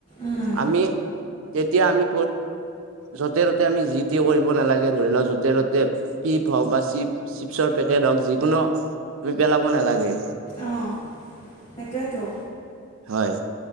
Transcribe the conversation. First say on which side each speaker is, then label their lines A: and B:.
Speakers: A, on the left; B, on the right.
A: উম,
B: আমি তেতিয়া আমি য'তে ত'তে আমি যি টি কৰিব নালাগে ধৰি লোৱা, য'তে ত'তে <unintelligible> বা চিপ, চিপছৰ পেকেট হওঁক, যিকোনো আমি পেলাব নালাগে।
A: অঁ, সেইটোৱেটো।
B: হয়।